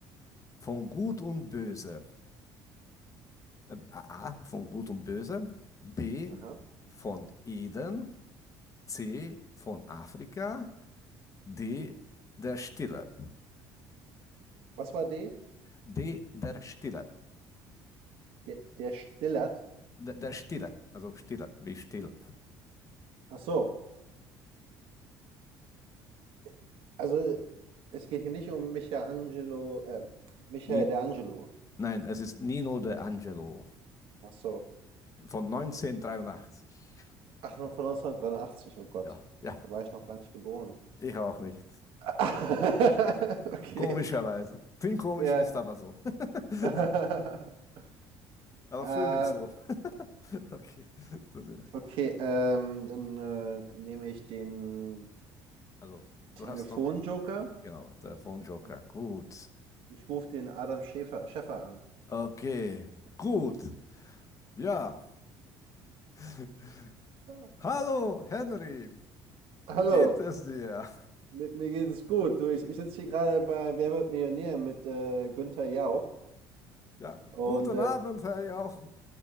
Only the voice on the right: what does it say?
aha.
Was war D?
Der, der Stillert.
Ach so. Äh, Also, äh, es geht hier nicht um Michelangelo, äh, Michael
de Angelo.
Ach so.
Ach, von 1983, oh Gott.
Da war ich noch gar nicht geboren.
<laughs> Okay,
ja.
<laughs>
Äh,
okay, ähm, dann äh, nehme ich den
Telefonjoker
und
ich rufe den Adam Schäfer, Schäffer an.
Ah.
Hallo,
mir, mir geht es gut. Du, ich, ich sitze hier gerade bei Wer wird Millionär mit äh, Günther Jauch
und
äh,